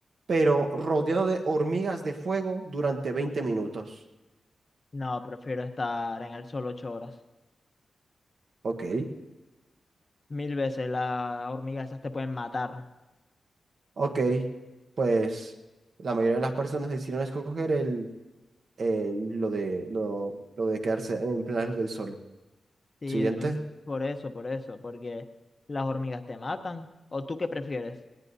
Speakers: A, on the right; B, on the left.
A: pero rodeado de hormigas de fuego durante 20 minutos?
B: No, prefiero estar en el sol ocho horas.
A: Ok,
B: Mil veces las hormigas esas te pueden matar.
A: ok, pues la mayoría de las personas decidieron escoger el, el- lo de, lo, lo de quedarse en plena luz del sol.
B: Sí,
A: Siguiente.
B: duran- por eso, por eso, porque las hormigas te matan. ¿O tú qué prefieres?